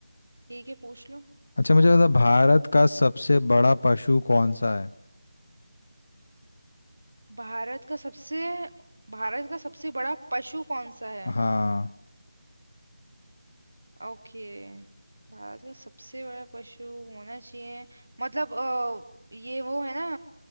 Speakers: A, on the right (about 85°); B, on the left (about 55°).
A: ठीक है पूछ लो
B: अच्छा मुझे बता भारत का सबसे बड़ा पशु कौन सा है
A: भारत का सबसे भारत का सबसे बड़ा पशु कौन सा है
B: हाँ
A: ओके भारत का सबसे बड़ा पशु होना चाहिए मतलब अ, ये वो है ना